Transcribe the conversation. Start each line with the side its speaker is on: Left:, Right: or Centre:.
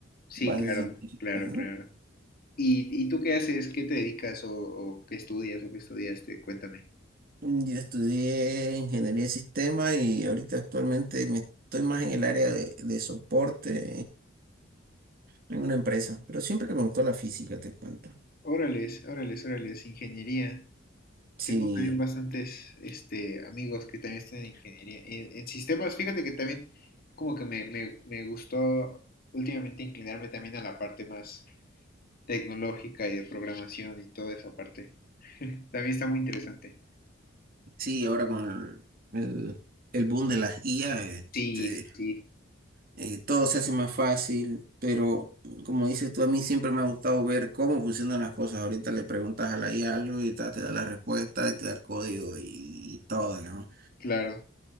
Left: Sí,
Right: bases
Left: claro,
Right: científicas,
Left: claro,
Right: ¿no?
Left: claro. ¿Y, y tú qué haces? ¿Qué te dedicas o, o qué estudias o qué estudiaste? Cuéntame.
Right: Mm, Yo estudié ingeniería de sistemas y ahorita actualmente me estoy más en el área de, de soporte, en una empresa, pero siempre me gustó la física, te cuento.
Left: Órales, órales, órales, ingeniería.
Right: Sí,
Left: Tengo también bastantes este, amigos que también están en ingeniería. En, en sistemas, fíjate que también como que me, me, me gustó últimamente inclinarme también a la parte más tecnológica y de programación y toda esa parte. <laughs> También está muy interesante.
Right: sí, ahora con el, el boom de las IA, este,
Left: Sí, sí, sí,
Right: eh, todo se hace más fácil, pero como dices tú, a mí siempre me ha gustado ver cómo funcionan las cosas. Ahorita le preguntas a la IA algo y ta- te da la respuesta y te da el código y, todo, digamos.
Left: claro.